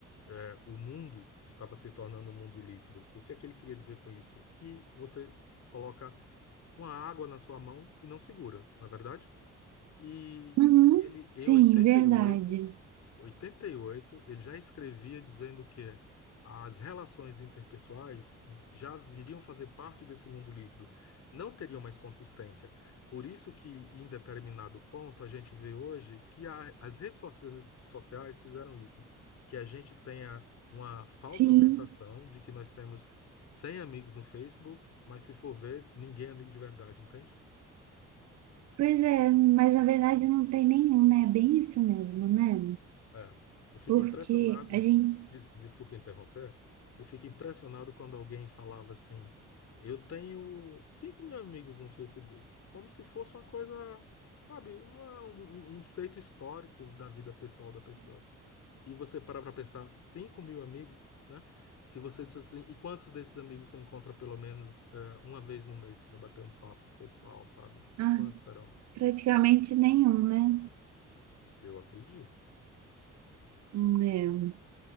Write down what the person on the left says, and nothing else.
é, o mundo estava se tornando um mundo líquido. O que é que ele queria dizer com isso? Que você coloca uma água na sua mão e não segura, não é verdade? E
ele, em
oitenta
e oito oitenta e oito ele já escrevia dizendo que as relações interpessoais já viriam fazer parte desse mundo líquido, não teriam mais consistência. Por isso que, em determinado ponto, a gente vê hoje que a- as redes socia- sociais fizeram isso, que a gente tenha uma falsa
sensação de que nós temos 100 amigos no Facebook, mas se for ver, ninguém é amigo de verdade, entende?
É, eu fico
impressionado,
des, desculpa interromper, eu fico impressionado quando alguém falava assim, eu tenho cinco mil amigos no Facebook, como se fosse uma coisa, sabe, uma- um, um um feito histórico da vida pessoal da pessoa. E você parar para pensar, cinco mil amigos, né? Se você disser assim, e quantos desses amigos você encontra pelo menos é, uma vez no mês para bater um papo pessoal, sabe?
Quantos serão?
Eu acredito.